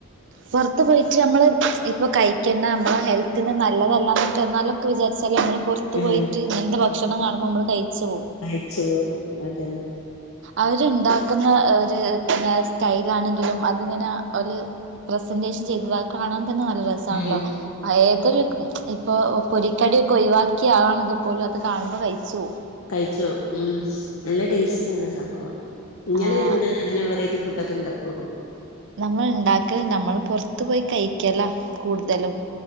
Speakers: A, on the right; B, on the left.
A: പൊർത്ത് പോയിട്ട് നമ്മള് ഇപ്പ കഴിക്കണ്ട നമ്മളെ ഹെൽത്തിന് നല്ലതെല്ലാ ന്നൊക്കെ എന്നാലും ഒക്കെ വിചാര്ച്ചാലും നമ്മൾ പുറത്ത്
B: ആഹ്
A: പോയിട്ട് ഇങ്ങൻത്തെ ഭക്ഷണം കാണുമ്പമ്മൾ കഴിച്ച് പോവും
B: കഴിച്ച് പോവും. അതന്നെ
A: അവര്ണ്ടാക്കുന്ന ഒരു പിന്നെ സ്റ്റൈലാണെങ്കിലും അതിങ്ങനെ ഒല് പ്രസന്റേഷൻ ചെയ്തതത് കാണാൻ തന്നെ നല്ല ര സാണല്ലോ.
B: ഉം
A: ഏതൊരു ഇപ്പൊ പൊരിക്കടിയൊക്കെ ഒഴിവാക് ക്ക്യാ ആളാണെങ്കി പോലും അത് കാണുമ്പോ കഴിച്ച് പോവും
B: കഴിച്ച് പോവും ഉം. നല്ല ടേസ്റ്റാണാസംഭവം. ഇങ്ങള്
A: ആഹ്
B: എന്താ അങ്ങനെ വെറൈറ്റി ഫുഡ്ഡ് ഒക്കെണ്ടാക്കോ?
A: നമ്മൾ ഉണ്ടാക്കല്ല്ല, അമ്മള് പൊർത്ത് പോയി കഴിക്കല കൂടുതലും